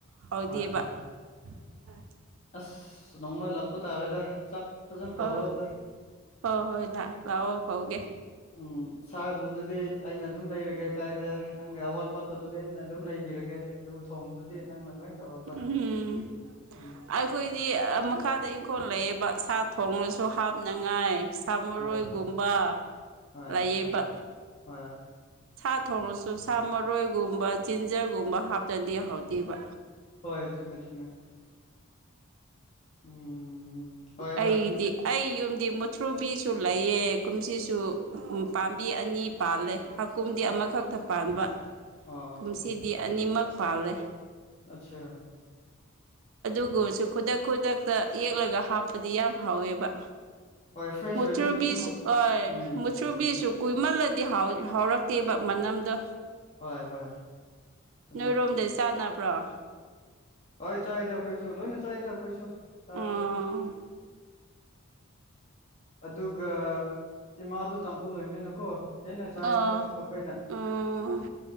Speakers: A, on the right; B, on the left.
A: ꯍꯥꯎꯗꯦꯕ
B: ꯍꯣꯏ
A: ꯎ <unintelligible>
B: ꯑꯁ ꯅꯣꯡꯃꯣꯏꯂꯞ ꯆꯄ ꯇꯥꯔꯦꯗ ꯆꯥꯛ ꯐꯖꯅ
A: ꯑꯣ
B: ꯀꯧꯔꯣꯗ
A: ꯍꯣꯏ ꯍꯣꯏ ꯂꯥꯛꯑꯣ ꯀꯧꯒꯦ
B: ꯎꯝ ꯁꯥꯒꯨꯝꯗꯨꯗꯤ ꯑꯩꯅ ꯑꯗꯨꯝ ꯂꯩꯔꯒꯦ ꯀꯥꯏꯗ ꯅꯪꯒꯤ ꯑꯋꯥꯠ ꯋꯥꯠꯄꯗꯨꯗꯤ ꯑꯩꯅ ꯑꯗꯨꯝ ꯂꯩ ꯊꯤꯔꯒꯦ ꯑꯗꯨꯕꯨ ꯊꯣꯡꯗꯨꯗꯤ ꯅꯪꯅ ꯂꯣꯏ ꯇꯧꯔꯕ
A: ꯎꯝ
B: ꯎꯝ
A: ꯑꯩꯈꯣꯏꯗꯤ ꯃꯈꯥꯗ ꯏꯪꯈꯣꯜ ꯂꯩꯌꯦꯕ ꯁꯥ ꯊꯣꯡꯂꯁꯨ ꯍꯥꯞꯅꯉꯥꯏ ꯁꯥꯃꯨꯔꯣꯏꯒꯨꯝꯕ
B: ꯑꯥ ꯍꯣꯏ
A: ꯂꯩꯌꯦꯕ
B: ꯍꯣꯏ ꯍꯣꯏ
A: ꯁꯥ ꯊꯣꯡꯡꯂꯁꯨ ꯁꯥ ꯃꯔꯣꯏꯒꯨꯝꯕ ꯖꯤꯟꯖꯔꯒꯨꯝꯕ ꯍꯥꯞꯇꯔꯗꯤꯍꯥꯎꯗꯦꯕ
B: ꯍꯣꯏ ꯆꯨꯝꯃꯦ ꯆꯨꯝꯃꯦ ꯎꯝ ꯍꯣꯏ
A: ꯑꯩꯗꯤ
B: ꯍꯣꯏ
A: ꯑꯩ ꯌꯨꯝ ꯃꯨꯊ꯭ꯔꯨꯕꯤꯁꯨ ꯂꯩꯑ ꯀꯨꯝꯁꯤꯁꯨ ꯎ ꯄꯥꯝꯕꯤ ꯑꯅꯤ ꯄꯥꯜꯂꯦ ꯍꯀꯨꯝꯗꯤ ꯃꯈꯛꯇ ꯄꯥꯟꯕ
B: ꯑꯣ
A: ꯀꯨꯝꯁꯤꯗꯤ ꯑꯅꯤꯃꯛ ꯄꯥꯜꯂꯦ
B: ꯑꯆꯥ
A: ꯑꯗꯨꯒꯨꯝꯕꯁꯨ ꯈꯨꯗꯛ ꯈꯨꯗꯛꯇ ꯌꯦꯛꯂꯒ ꯍꯥꯞꯄꯗꯤ ꯌꯥꯝ ꯍꯥꯎꯋꯦꯕ
B: ꯍꯣꯏ ꯐ꯭ꯔꯦꯁ
A: ꯃꯨꯛꯊꯨꯔꯕꯤꯖ
B: ꯑꯣꯏꯕꯅꯤꯅ ꯑꯗꯨꯝ ꯍꯥꯎ
A: ꯑꯣ
B: ꯎꯝ
A: ꯃꯨꯛꯊꯨꯔꯕꯤꯖ
B: ꯎꯝ
A: ꯀꯨꯃꯜ ꯂꯗꯤ ꯍꯥꯎꯔꯛꯇꯦꯕ ꯃꯅꯝꯗꯣ
B: ꯍꯣꯏ ꯍꯣꯏ ꯆꯨꯝꯃꯦ
A: ꯅꯣꯏꯔꯣꯝꯗ ꯆꯥꯅꯕ ꯄꯨ꯭ꯔꯥ <unintelligible>
B: ꯂꯣꯏ ꯆꯥꯢꯗ ꯀꯣꯏꯁꯨ ꯂꯣꯏꯅ ꯆꯥꯢꯦꯗ ꯀꯣꯏꯁꯨ ꯆꯥꯕꯗ
A: ꯎꯝ
B: ꯑꯗꯨꯒ ꯏꯃꯥꯗꯨꯣ ꯇꯥꯡꯈꯨꯜ ꯑꯣꯏꯕꯅꯤꯅꯀꯣ ꯍꯦꯟꯅ ꯆꯥꯏ
A: ꯑꯣ
B: ꯑꯃꯨꯛꯀꯁꯨ ꯑꯩꯈꯣꯏꯅ
A: ꯎꯝ